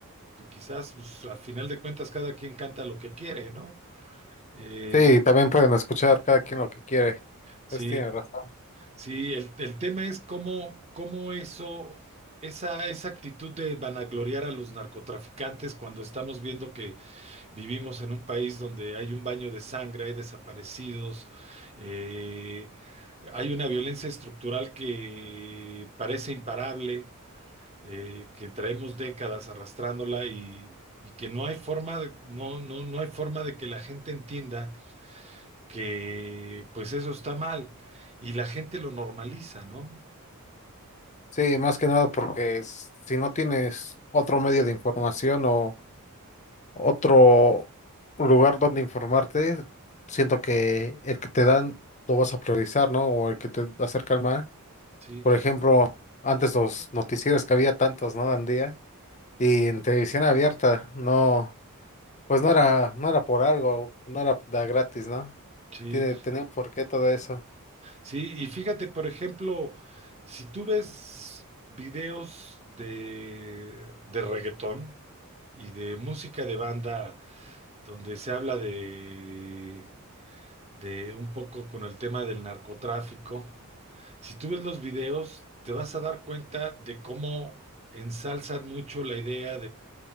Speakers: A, on the right; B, on the left.
A: y quizás pues, a final de cuentas cada quien canta lo que quiere, ¿no? Eh,
B: Sí, también pueden escuchar cada quien lo que quiere.
A: sí,
B: Es tiene razón.
A: sí, el, el tema es cómo, cómo eso... Esa, esa actitud de vanagloriar a los narcotraficantes cuando estamos viendo que Vivimos en un país donde hay un baño de sangre, hay desaparecidos, eh, hay una violencia estructural que parece imparable, eh, que traemos décadas arrastrándola y, y que no hay forma de, no, no, no hay forma de que la gente entienda que pues eso está mal y la gente lo normaliza, ¿no?
B: Sí, más que nada porque s- si no tienes otro medio de información o otro lugar donde informarte, siento que el que te dan lo vas a priorizar, ¿no? O el que te acerca al mar.
A: Sí,
B: Por ejemplo, antes los noticieros que había tantos, ¿no? Al día. Y en televisión abierta, no, pues no era, no era por algo, no era da gratis, ¿no?
A: sí.
B: Tiene, tenía un porqué todo eso.
A: Sí, y fíjate, por ejemplo, si tú ves videos de, de reggaetón y de música de banda donde se habla de, de un poco con el tema del narcotráfico, si tú ves los videos, te vas a dar cuenta de cómo ensalzan mucho la idea